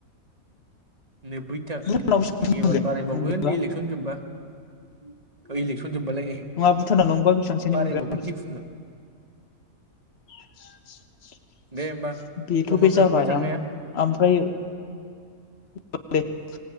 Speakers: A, on the right (about 25°); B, on the left (about 45°).
A: नोब्बैथा
B: भुटानाव बेसेबांसो मोनगोन
A: एबार बारायबावगोन
B: नोंनिबा
A: इलेकसन जोबबा <unintelligible> जोबबालाय
B: नङा भुटानाव नंबा बेसेबांसोनि
A: बारायबावगोन
B: मोनगोन
A: जिखुनु।
B: <inaudible>
A: दे होमबा
B: बेथ'
A: खमफ्राम
B: बे जाबाय
A: जालांबाय थांनाया
B: ओमफ्राय <unintelligible>